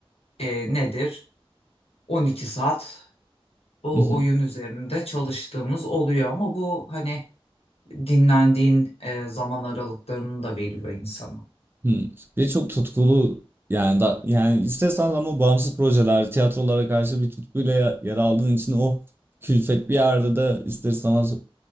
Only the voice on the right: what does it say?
mhm,
Hmm. Bir de çok tutkulu yani da, yani istersen ama bağımsız projeler, tiyatrolara karşı bir tutkuyla ya- yer aldığın için o külfet bir yerde de ister istemez